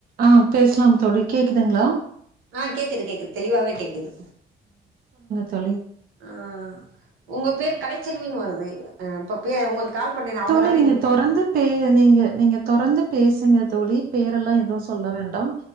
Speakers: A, on the right; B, on the right.
A: ஆஹ் பேசலாம் தோழி கேக்குதுங்களா
B: ஆ கேக்குது கேக்குது தெளிவாவே கேக்குது
A: சொலி
B: ஆ உங்க பேர் கலைச்செல்வினு வருது இப்ப உங்களுக்கு கால் பண்ணேனே அவங்க
A: தோழி
B: தானே
A: நீங்க தொறந்து பே நீங்க நீங்க தொறந்து பேசுங்க தோழி பேரெல்லாம் எதுவும் சொல்ல வேண்டாம்